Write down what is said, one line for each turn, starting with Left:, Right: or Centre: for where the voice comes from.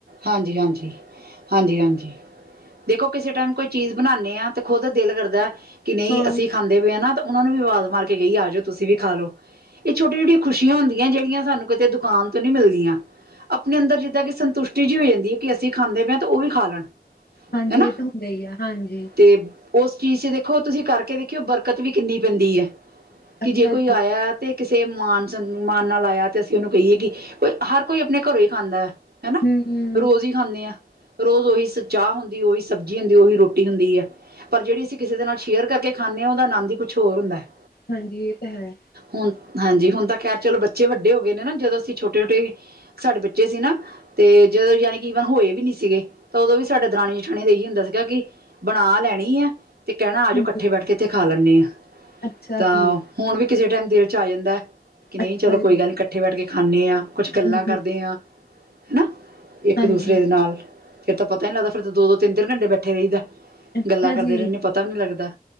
Right: ਹਾਂਜੀ ਹਾਂਜੀ, ਹਾਂਜੀ ਹਾਂਜੀ। ਦੇਖੋ ਕਿਸੇ ਟਾਈਮ ਕੋਈ ਚੀਜ਼ ਬਣਾਦੇ ਹਾਂ, ਤੇ ਖੁਦ ਦਿਲ ਕਰਦਾ ਕਿ ਨਹੀਂ
Left: ਹਾਂ।
Right: ਅਸੀਂ ਖਾਂ ਦੇ ਵੀ ਆਨਾ ਤਾਂ ਉਹਨਾਂ ਨੂੰ ਵੀ ਆਵਾਜ਼ ਮਾਰ ਕੇ ਗਈ ਆ ਜਾਓ, ਤੁਸੀਂ ਵੀ ਖਾ ਲਓ। ਇਹ ਛੋਟੀਆਂ ਛੋਟੀਆਂ ਖੁਸ਼ੀਆਂ ਹੁੰਦੀਆਂ। ਜਿਹੜੀਆਂ ਸਾਨੂੰ ਕਿਤੇ ਦੁਕਾਨ ਤੋਂ ਨਹੀਂ ਮਿਲਦੀਆਂ। ਆਪਣੇ ਅੰਦਰ ਜਿੱਦਾਂ ਕਿ ਸੰਤੁਸ਼ਟੀ ਜਿਹੀ ਹੋ ਜਾਂਦੀ ਹੈ ਕਿ ਅਸੀਂ ਖਾਂਦੇ ਪਏ ਹਾਂ ਤੇ ਉਹ ਵੀ ਖਾ ਲੈਣ।
Left: ਹਾਂਜੀ
Right: ਹਨਾ।
Left: ਇਹ ਤਾਂ ਹੁੰਦਾ ਹੀ ਆ ਹਾਂਜੀ।
Right: ਤੇ ਉਸ ਚੀਜ਼ ਚ ਦੇਖੋ ਤੁਸੀਂ ਕਰਕੇ ਦੇਖਿਓ ਬਰਕਤ ਵੀ ਕਿੰਨੀ ਪੈਂਦੀ ਹੈ
Left: ਅੱਛਾ
Right: ਕਿ ਜੇ ਕੋਈ
Left: ਜੀ।
Right: ਆਇਆ ਐ। ਤੇ ਕਿਸੇ ਮਾਨ ਮਾਨ ਨਾਲ ਆਇਆ ਤੇ ਅਸੀਂ ਉਹਨੂੰ ਕਹੀਏ ਕਿ ਕੋਈ ਹਰ ਕੋਈ ਆਪਣੇ ਘਰੋਂ ਹੀ ਖਾਂਦਾ ਹੈ ਹਨਾ।
Left: ਸਹੀ ਹੈ
Right: ਰੋਜ਼ ਹੀ ਖਾਂਦੇ ਹਾਂ ਰੋਜ਼ ਉਹੀ ਸ ਚਾਹ ਹੁੰਦੀ ਉਹੀ ਸਬਜ਼ੀ ਹੁੰਦੀ ਉਹੀ ਰੋਟੀ ਹੁੰਦੀ ਹੈ। ਪਰ ਜਿਹੜੀ ਅਸੀਂ ਕਿਸੇ ਦੇ ਨਾਲ ਸ਼ੇਅਰ ਕਰਕੇ ਖਾਂਦੇ ਹਾਂ ਉਹਦਾ ਆਨਦ ਹੀ ਕੁਛ ਹੋਰ ਹੁੰਦਾ ਹੈ।
Left: ਹਾਂਜੀ ਇਹ ਤਾਂ ਹੈ।
Right: ਹੁਣ ਹਾਂਜੀ ਹੁਣ ਤਾਂ ਖੈਰ ਚਲੋ ਬੱਚੇ ਵੱਡੇ ਹੋ ਗਏ ਨੇ ਨਾ ਜਦੋਂ ਅਸੀਂ ਛੋਟੇ ਛੋਟੇ। ਸਾਡੇ ਬੱਚੇ ਸੀ ਨਾ। ਤੇ ਜਦੋਂ ਯਾਨੀ ਕਿ ਈਵਨ ਹੋਏ ਵੀ ਨਹੀਂ ਸੀਗੇ ਤਾਂ ਉਦੋਂ ਵੀ ਸਾਡੇ ਦਰਣੀ ਜਠਾਣੀ ਇਹੀ ਹੁੰਦਾ ਸੀਗਾ ਕਿ ਬਣਾ ਲੈਣੀ ਆ ਤੇ ਕਹਿਣਾ ਆ ਜਾਓ
Left: ਹਾਂਜੀ,
Right: ਇਕੱਠੇ ਬੈਠ ਕੇ ਇੱਥੇ ਖਾ ਲੈਂਦੇ ਆ
Left: ਅੱਛਾ
Right: ਤਾਂ
Left: ਜੀ
Right: ਹੁਣ ਵੀ ਕਿਸੇ ਟਾਈਮ ਦਿਲ 'ਚ ਆ ਜਾਂਦਾ ਕਿ ਨਹੀਂ
Left: ਅੱਛਾ
Right: ਚਲੋ
Left: ਜੀ
Right: ਕੋਈ ਗੱਲ ਨਹੀਂ ਇਕੱਠੇ ਬੈਠ ਕੇ ਖਾਂਦੇ ਹਾਂ ਕੁਛ ਗੱਲਾਂ
Left: ਹਮ
Right: ਕਰਦੇ
Left: ਹਮ
Right: ਹਾਂ। ਹੈਾ ਇੱਕ
Left: ਹਾਂਜੀ
Right: ਦੂਸਰੇ ਦੇ ਨਾਲ ਫਿਰ ਤਾਂ ਪਤਾ ਹੀ ਲੱਗਦਾ ਫਿਰ ਤਾਂ ਦੋ ਦੋ ਤਿੰਨ ਤਿੰਨ ਘੰਟੇ ਬੈਠੇ ਰਹਿੰਦਾ।
Left: ਅੱਛਾ
Right: ਗੱਲਾਂ ਕਰਦੇ
Left: ਜੀ
Right: ਰਹਿੰਦੇ ਪਤਾ ਵੀ ਨਹੀਂ ਲੱਗਦਾ